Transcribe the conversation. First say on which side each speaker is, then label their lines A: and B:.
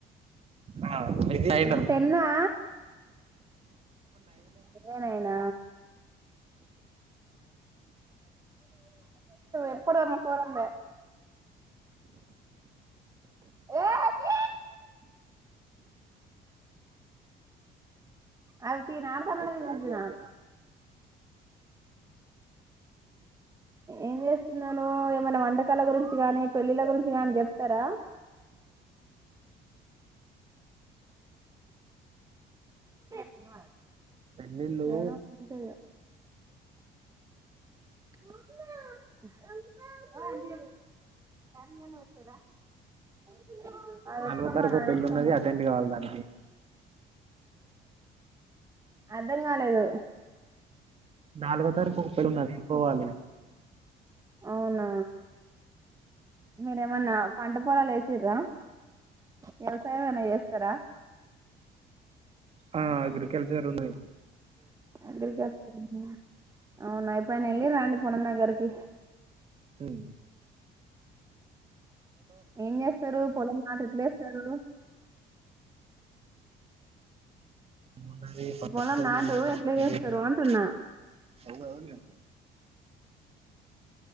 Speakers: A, on the right; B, on the right.
A: ఆ ఇది నైన్
B: ఇప్పుడు టెన్నాహా నువ్వే నాయెన్ ఎప్పుడు అమ్మ పోద్దాం లే ఏ అక్కి అ వీళ్ళు ఆడ్తాల్
A: వాయిస్
B: లనే
A: క్లారిటీ
B: తీసి ఉంచిన
A: ఓకేనా
B: ఏం చేస్తున్నాను ఏమైనా వంటకాల గురించి గాని పెళ్ళిళ్ళ గురించి గాని చెప్తారా ప్చ్
A: పెళ్ళిళ్ళు
B: ఏమో అంతే ఇగా <unintelligible> అది
A: నాలుగో
B: వేసుకోమ్మా
A: తారీఖు
B: నాది
A: ఓ పెళ్లి
B: వేసుకోమ్మా
A: ఉన్నది. అటెండ్ కావాలి దానికి
B: అర్ధం కాలేదు.
A: నాలుగో తారీఖ ఓ పెళ్లి ఉన్నది. పోవాలి.
B: అవునా మరేమన్నా పంట పొలాలు వేసిర్రా వ్యవసాయం ఏమైనా చేస్తారా
A: ఆ అగ్రికల్చర్ లు ఉన్నాయి.
B: అగ్రికల్చర్ అవునా ఎప్పుడైనా వెళ్లిర్రా అండి పోల్లం దగ్గరకి
A: హ్మ్
B: ఏం చేస్తారు పొలం నాటు ఎట్లే వేస్తారు.
A: మాది
B: పొలం
A: <unintelligible>
B: నాటు ఎట్లా చేస్తారు అంటున్నా